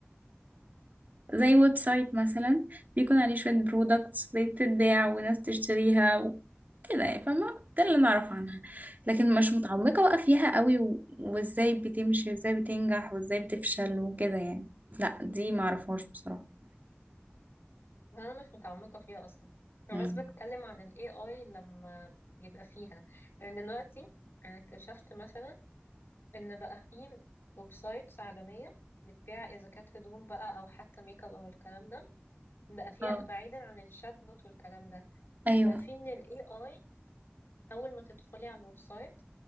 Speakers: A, on the right (about 45°); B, on the left (about 70°).
A: زي ويب سايت مثلا بيكون عليه شوية برودكتس بتتباع وناس تشتريها وكده يعني فاهمة ده اللي نعرف عنها لكن مش متعمقة بقى فيها قوي و... وازاي بتمشي وازاي بتنجح وازاي بتفشل وكده يعني لا دي معرفهاش بصراحة
B: أنا مش متعمقة فيها أصلا أنا
A: مم.
B: بس بتكلم عن ال AI لما يبقى فيها يعني دلوقتي أنا اكتشفت مثلا إن بقى فيه ويب سايتس عالمية بتبيع إذا كانت هدوم بقى أو حتى ميك أب أو الكلام ده بقى فيها
A: اه
B: بعيدا عن الشات بوت والكلام ده
A: ايوه
B: بقى فيه إن ال AI أول ما تدخلي على الويب سايت